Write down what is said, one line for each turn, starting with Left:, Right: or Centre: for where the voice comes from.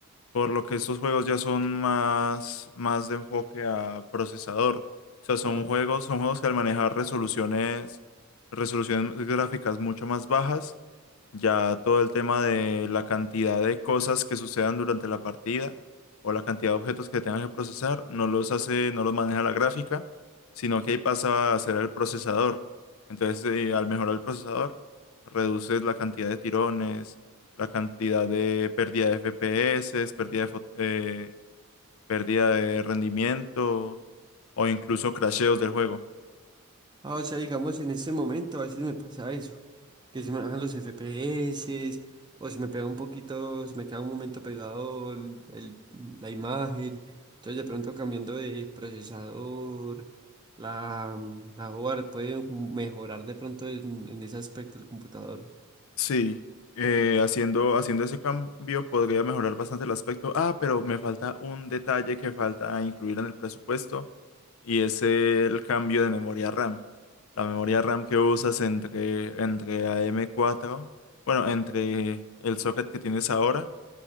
Left: por lo que estos juegos ya son más, más de enfoque a procesador. O sea, son
Right: Ah,
Left: juegos, son juegos que al manejar resoluciones, resoluciones gráficas mucho más bajas, ya todo el tema de la cantidad de cosas que sucedan durante la partida o la cantidad de objetos que tengas que procesar, no los hace, no los maneja la gráfica, sino que ahí pasa a ser el procesador. Entonces, eh, al mejorar el procesador, reduces la cantidad de tirones, la cantidad de pérdida de FPS, pérdida de, fo- eh, pérdida de rendimiento o incluso crasheos del juego.
Right: ah, o sea, digamos, en este momento a veces me pasa eso, que se me bajan los FPS o se me pega un poquito, se me queda un momento pegado el- el- la imagen, entonces de pronto cambiando de procesador, la, la board puede mejorar de pronto en, en ese aspecto el computador.
Left: Sí, eh, haciendo, haciendo ese cambio podría mejorar bastante el aspecto. Ah, pero me falta un detalle que falta incluir en el presupuesto y es el cambio de memoria RAM. La memoria RAM que usas entre, entre am cuatro, bueno, entre el socket que tienes ahora,